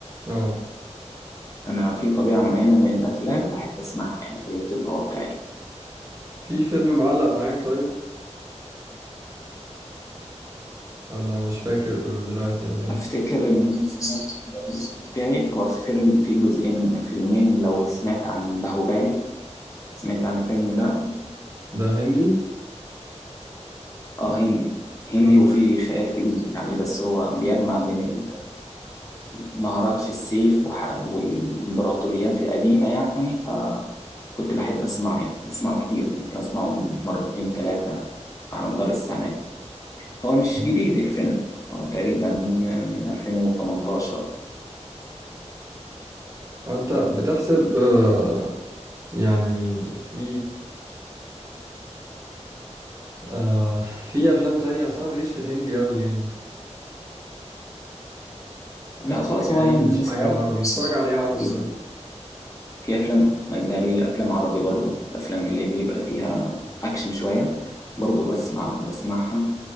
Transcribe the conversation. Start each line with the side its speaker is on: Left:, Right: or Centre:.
Right: آه.
Left: أنا في طبيعة معينة من الأفلام بحب أسمعها يعني هي بتبقى واقعية
Right: في فيلم معلق معاك طيب؟ ولا مش فاكر دلوقتي ولا ايه؟
Left: أفتكر إن أنا سمعت واقعي هو في فيلم فيه جزئين فيلمين لو سمعت عن باهوبالي سمعت عن الفيلم ده
Right: ده هندي؟
Left: آه هندي هندي
Right: اه
Left: وفيه خيال كبير يعني بس هو بيجمع بين ال- المهارات في السيف وح- والإمبراطوريات القديمة يعني فكنت بحب أسمعه يعني بسمعه كتير ممكن أسمعه مرتين ثلاثة على مدار السنة يعني. هو مش
Right: آه.
Left: جديد الفيلم هو تقريبا من 2018
Right: هو انت بتحسب آه يعني في آه في افلام تانية اصلا ماليش في الهندي قوي يعني آه
Left: لا خلاص
Right: حاجة
Left: هو انا
Right: انجلش
Left: بالنسبه
Right: حاجة عربي بتتفرج على ايه عربي
Left: لي
Right: طيب
Left: في افلام اجنبي افلام عربي برضو الافلام اللي بيبقى فيها اكشن شويه برضو بسمع بسمعها